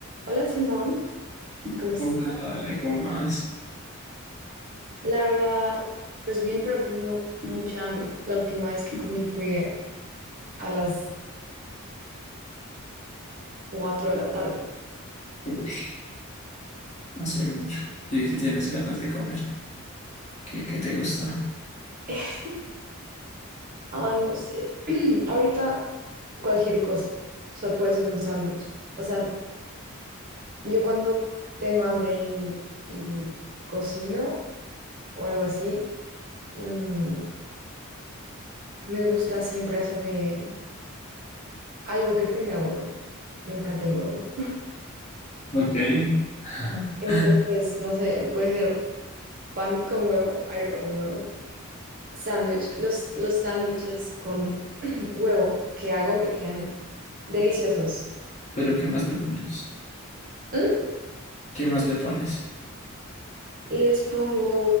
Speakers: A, on the right; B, on the left.
A: Hola Simón, ¿cómo estás?
B: Uy, dale, comas.
A: La verdad, pues bien, pero tengo mucha hambre. La última vez que comí fue a las 4 de la tarde.
B: Uy, hace mucho. Y que tienes ganas de comer. ¿Qué, qué te gusta?
A: <laughs> Ay, no sé. <clears throat> Ahorita cualquier cosa. O sea, puede ser un sándwich. O sea, yo cuando tengo hambre y, y cocino o algo así, mm, me gusta siempre hacerme algo que tenga huevo. Me encanta el huevo.
B: Ok. <laughs>
A: <laughs> Entonces, no sé, puede ser pan con huevo, arepa con huevo. Sándwich, los, los sándwiches con <clears throat> huevo que hago me quedan deliciosos.
B: Pero ¿qué más le pones?
A: ¿Mm?
B: ¿Qué más le pones?
A: Les pongo